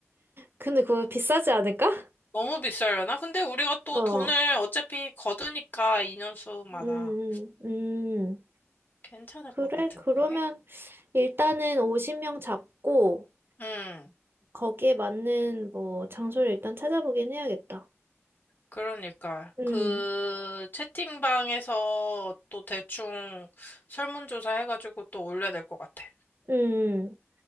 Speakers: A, on the right; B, on the left.
A: 근데 그거 비싸지 않을까?
B: 너무 비싸려나? 근데 우리가 또
A: 어,
B: 돈을 어차피 거두니까 인원수마다
A: 음, 음, 음.
B: 괜찮을
A: 그래,
B: 것 같은데?
A: 그러면 일단은 50명 잡고
B: 음,
A: 거기에 맞는 뭐 장소를 일단 찾아보긴 해야겠다.
B: 그러니까.
A: 음,
B: 그 채팅방에서 또 대충 설문조사 해가지고 또 올려야 될 것 같아.
A: 음.